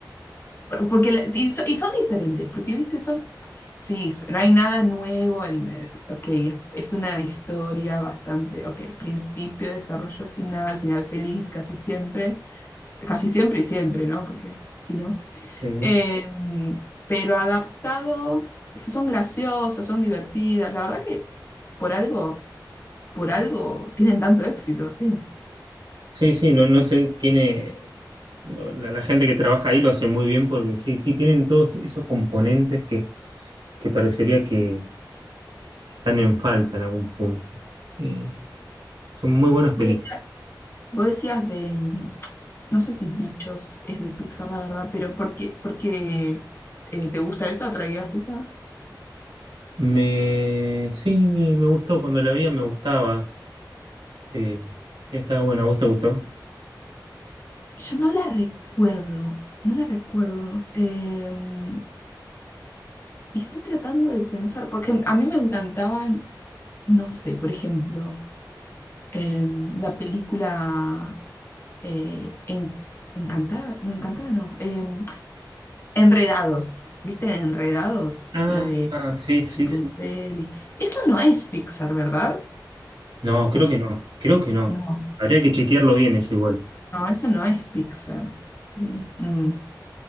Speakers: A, on the left; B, on the right.
A: Por- Porque, la- y, so- y son diferentes, porque, viste, son, sí, s- no hay nada nuevo en el- ok, es, es una historia bastante, ok, principio, desarrollo final, final feliz, casi siempre, casi siempre y siempre, ¿no? Porque si no.
B: eh,
A: Em, pero adaptado, s- son graciosas, son divertidas, la verdad que por algo, por algo tienen tanto éxito, sí.
B: sí, sí, no, no sé quién es. La, la gente que trabaja ahí lo hace muy bien porque sí, sí, tienen todos esos componentes que parecería que, que están en falta en algún punto. Eh, son muy buenas
A: Vos
B: películas.
A: decías, vos decías de, No sé si Bichos es de Pixar, la verdad, pero ¿por qué, por qué, eh, te gusta esa? ¿Traías esa?
B: Me, sí, me, me gustó, cuando la vi me gustaba. Eh, sí, estaba buena, ¿a vos te gustó?
A: Yo no la recuerdo, no la recuerdo. Eh, estoy tratando de pensar, porque a mí me encantaban, no sé, por ejemplo, eh, la película eh, En- Encantada, no, Encantada no, eh, Enredados, ¿viste? Enredados,
B: Ah,
A: la de
B: sí, sí,
A: Rapunzel.
B: sí. sí.
A: y- Eso no es Pixar, ¿verdad?
B: No, creo
A: O s-
B: que no, creo que no.
A: no.
B: Habría que chequearlo bien eso igual.
A: No, eso no es Pixar, creo. Mm,